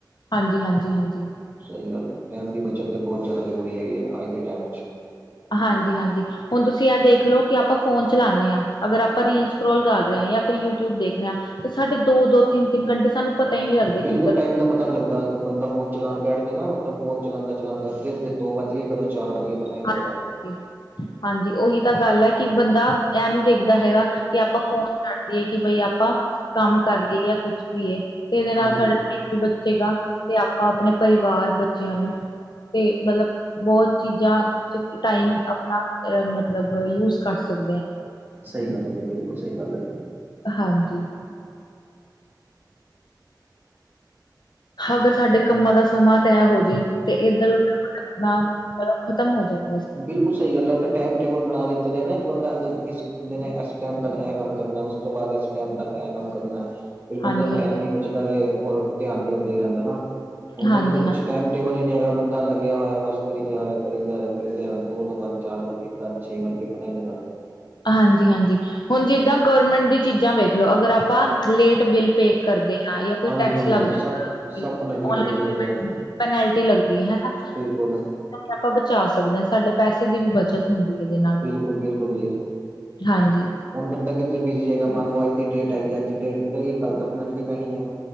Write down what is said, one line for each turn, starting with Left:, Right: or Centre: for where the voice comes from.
Left: ਹਾਂਜੀ ਹਾਂਜੀ ਹਾਂਜੀ
Right: ਸਹੀ ਗੱਲ ਹੈ ਟਾਈਮ ਦੀ ਬੱਚਤ ਤੇ ਬਹੁਤ ਜ਼ਿਆਦਾ ਜ਼ਰੂਰੀ ਹੈਗੀ ਹੈ ਅੱਜ ਦੇ ਟਾਈਮ ਵਿੱਚ
Left: ਹਾਂਜੀ ਹਾਂਜੀ ਹੁਣ ਤੁਸੀਂ ਇਹ ਦੇਖ ਲਓ ਕਿ ਆਪਾਂ ਫੋਨ ਚਲਾਉਂਦੇ ਹਾਂ ਅਗਰ ਆਪਾਂ ਰੀਲ ਸਕੋਲ ਗਾ ਰਹੇ ਹਾਂ ਜਾਂ ਫਿਰ ਯੂਟਿਊਬ ਦੇਖ ਰਹੇ ਹਾਂ ਤੇ ਸਾਡੇ ਦੋ ਦੋ ਤਿੰਨ ਤਿੰਨ ਘੰਟੇ ਸਾਨੂੰ ਪਤਾ ਹੀ ਨੀ ਲੱਗਦੇ
Right: ਬਿਲਕੁਲ
Left: ਕਿੱਧਰ
Right: ਟਾਈਮ ਦਾ ਪਤਾ ਨੀ ਲੱਗਦਾ ਬੰਦਾ ਫੋਨ ਚਲਾਉਣ ਬੈਠ ਕੇ ਨਾ ਮਲ ਫੋਨ ਚਲਾਉਦਾ ਚਲਾਂਦਾ ਫ ਦੋ ਵੱਜ ਕੇ ਕ ਚਾਰ ਵਜ ਕੇ ਪਤਾ ਨੀ
Left: ਹਾਂਜੀ
Right: ਲੱਗਦਾ
Left: ਹਾਂਜੀ ਉਹੀ ਤਾਂ ਗੱਲ ਹੈ ਕਿ ਬੰਦਾ ਇਹਂ ਨੀ ਦੇਖਦਾ ਹੈਗਾ ਕਿ ਆਪਾਂ ਫੋਨ ਕਰੱਡਦੀਏ ਕਿ ਬਈ ਆਪਾਂ ਕੰਮ ਕਰ ਲਈਏ ਜਾਂ ਕੁੱਛ ਵੀ ਤੇ ਇਹਦੇ ਨਾਲ
Right: ਹਾਂਜੀ
Left: ਸਾਡਾ ਟਾਈਮ ਵੀ ਸੀਗਾ ਤੇ ਆਪਾਂ ਆਪਣੇ ਪਰਿਵਾਰ ਬੱਚਿਆਂ ਨੂੰ ਤੇ ਮਤਲਬ ਬਹੁਤ ਚੀਜ਼ਾਂ ਚ ਟਾਈਮ ਆਪਣਾ ਅ ਮਤਲਬ ਯੂਜ ਕਰ ਸਕਦੇ ਹ
Right: ਸਹੀ ਗੱਲ ਹੈ ਜੀ ਬਿਲਕੁਲ ਸਹੀ ਗੱਲ ਹੈ ਜੀ
Left: ਹਾਂਜੀ ਅਗਰ ਸਾਡੇ ਕੰਮਾਂ ਦਾ ਸਮਾਂ ਤੈਅ ਹੋ ਜੇ ਤੇ ਇੱਧਰ ਉਧਰਨਾ ਭਟਕਣਾ ਖਤਮ ਹੋ ਜਾਏ।
Right: ਬਿਲਕੁਲ। ਸਹੀ ਗੱਲ ਹੈ ਉ ਤਾ ਟਾਈਮ ਟੇਬਲ ਬਣਾ ਲਿੱਤਾ ਜਾਏ ਨਾ ਇੱਕ ਬੰਦਾ ਇਸ ਦਿਨ ਇਸ ਟਾਈਮ ਤੱਕ ਇਹ ਕੰਮ ਕਰਨਾ ਉਸ ਤੋਂ ਬਾਅਦ ਇਸ। ਟਾਈਮ ਤੱਕ ਇਹ ਕੰਮ ਕਰਨਾ ਹੈ। ਫਿਰ
Left: ਹਾਂਜੀ
Right: ਬੰਦੇ ਦਾ
Left: ਹਾਂਜੀ
Right: ਟਾਈਮ ਵੀ ਬਚਦਾਵੇ ਔਰ ਧਿਆਨ ਵੀ ਓਦਰ ਹੀ ਰਹਿੰਦਾ ਨਾ ਹੁਣ
Left: ਹਾਂਜੀ
Right: ਬੰਦੇ ਦਾ ਕੁਛ
Left: ਹਾਂਜੀ
Right: ਟਾਈਮ। ਟੇਬਲ ਹੀ ਨਹੀਂ ਹੈਗਾ ਬੰਦਾ ਲੱਗਿਆ ਹੋਇਆ ਬਸ ਕਰੀ ਜਾ ਰਿਹਾ, ਕਰੀ ਜਾ ਰਿਹਾ, ਕਰੀ ਜਾ ਰਿਹਾ ਦੋ ਤੋਂ ਬਾਅਦ ਚਾਰ ਵਜੇ। ਕਦ ਛੇ ਵਜ ਗਏ ਪਤਾ ਨੀ ਲੱਗਦਾ।
Left: ਹਾਂਜੀ-ਹਾਂਜੀ ਹੁਣ ਜਿਦਾਂ ਗਵਰਮੈਂਟ ਦੀ ਚੀਜ਼ਾਂ ਵੇਖ ਲੋ ਅਗਰ ਆਪਾਂ। ਲੇਟ ਬਿੱਲ ਪੇ ਕਰਦੇ ਹਾਂ ਜਾਂ ਕੋਈ
Right: ਹਾਂਜੀ
Left: ਟੈਕਸ
Right: ਹਾਂਜੀ
Left: ਲੱਗ ਜਾਂਦਾ।
Right: ਉਹ ਸਭ ਸਭ ਪੈਨਲਟੀ
Left: ਆਨਲਾਈਨ
Right: ਲੱਗਦੀ ਉਹਦੇ
Left: ਪੈਮੇਂਟ
Right: ਤੇ
Left: ਦੀ ਪੇਨਾਲਟੀ ਲਗਦੀ ਹੈ ਹੈਨਾ।
Right: ਬਿਲਕੁਲ।
Left: ਆਪਾਂ ਬਚਾ ਸਕਦੇ ਹਾਂ ਸਾਡੇ ਪੈਸੇ ਦੀ ਵੀ ਬੱਚਤ ਹੁੰਦੀ ਹੈ ਇਹਦੇ ਨਾਲ।
Right: ਬਿਲਕੁਲ ਬਿਲਕੁਲ ਜੀ
Left: ਹਾਂਜੀ
Right: ਹੁਣ ਬੰਦਾ ਕਿੱਧਰੇ ਬਿਜ਼ੀ ਹੈਗਾ ਮੰਨ ਲਓ ਅੱਜ ਦੀ ਡੇਟ ਹੈਗੀ ਅੱਜ ਡੇਟ ਨਿਕਲ ਗਈ ਕੱਲ ਤਾਂ ਪੈਨਲਟੀ ਪੈਣੀ ਹੈ